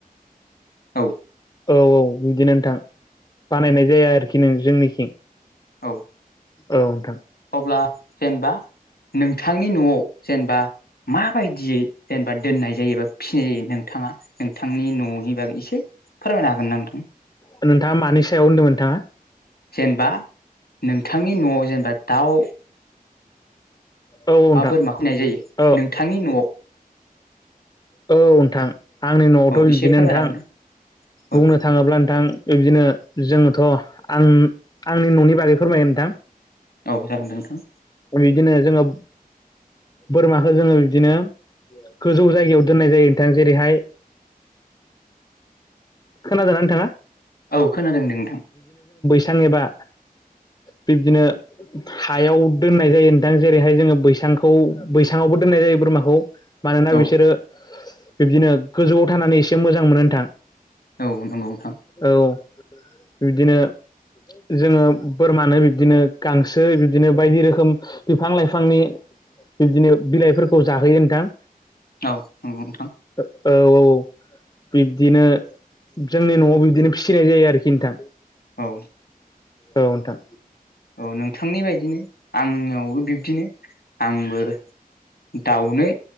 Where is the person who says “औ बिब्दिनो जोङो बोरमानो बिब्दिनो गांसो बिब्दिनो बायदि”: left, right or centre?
Left